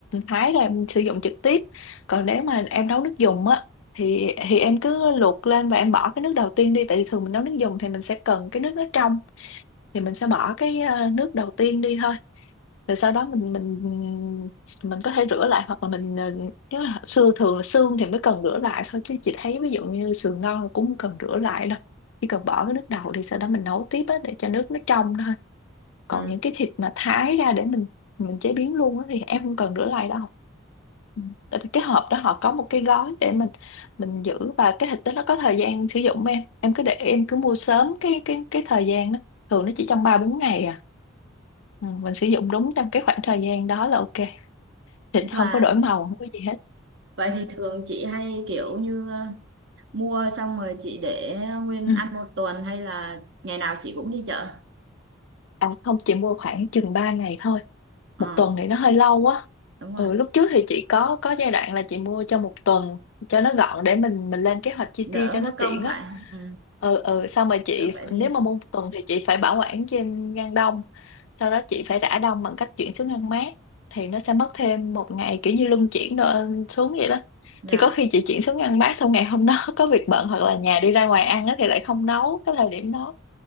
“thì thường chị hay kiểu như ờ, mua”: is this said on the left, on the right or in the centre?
Right